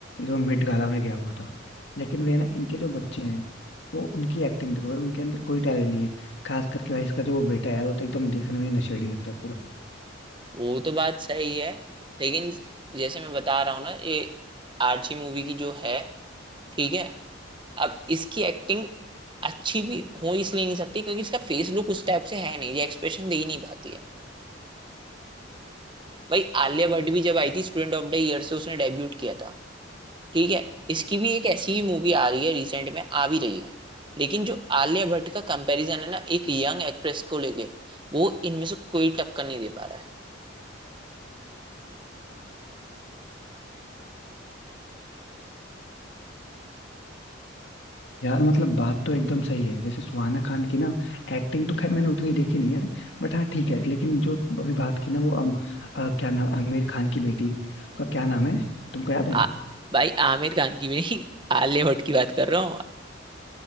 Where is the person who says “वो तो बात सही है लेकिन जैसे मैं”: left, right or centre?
Right